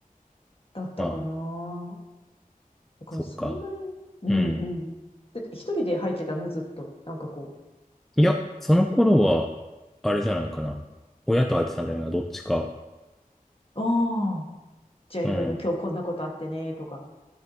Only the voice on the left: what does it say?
だったかな。
だからそんなに、
うんうん。
で、一人で入ってたの、ずっと。なんかこ
う、ああ、じゃあいろいろ今日こんなことあってね、
とか。